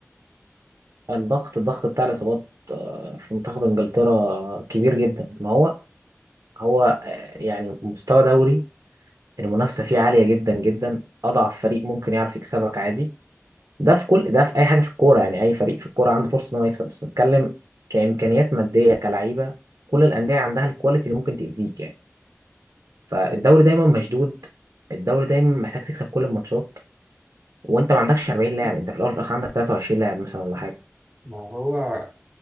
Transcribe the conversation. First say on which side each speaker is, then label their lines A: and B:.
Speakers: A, on the right; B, on the right.
A: الضغط الضغط بتاع الاصابات آه، في منتخب انجلترا كبير جدا ما هو هو آه، يعني مستوى دوري المنافسة فيه عالية جدا جدا أضعف فريق ممكن يعرف يكسبك عادي ده في كل ده في أي حاجة في الكورة يعني أي فريق في الكورة عنده فرصة إن هو يكسب بس بتكلم كإمكانيات مادية كلعيبة كل الأندية عندها الكواليتي اللي ممكن تأذيك يعني فالدوري
B: هو-
A: دايما مشدود الدوري دايما محتاج تكسب كل الماتشات وأنت ما عندكش 40 لاعب أنت في الأول والآخر عندك 23 لاعب مثلا ولا حاجة
B: ما هو